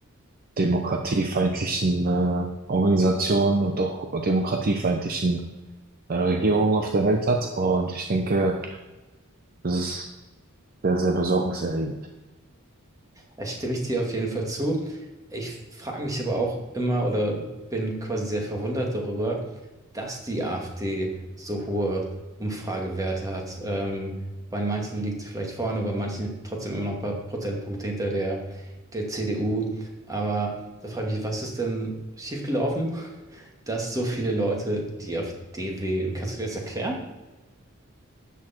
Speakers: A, on the right (about 45°); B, on the right (about 15°).
A: demokratiefeindlichen äh, Organisationen und auch demokratiefeindlichen äh, Regierungen auf der Welt hat. Und ich denke, das ist sehr, sehr besorgniserregend.
B: Da stimme ich dir auf jeden Fall zu. Ich frage mich aber auch immer oder bin quasi sehr verwundert darüber, dass die AfD so hohe Umfragewerte hat. Ähm, bei manchen liegt sie vielleicht vorne, bei manchen trotzdem immer noch ein paar Prozentpunkte hinter der, der CDU. Aber da frage ich mich, was ist denn schiefgelaufen, dass so viele Leute die AfD wählen? Kannst du dir das erklären?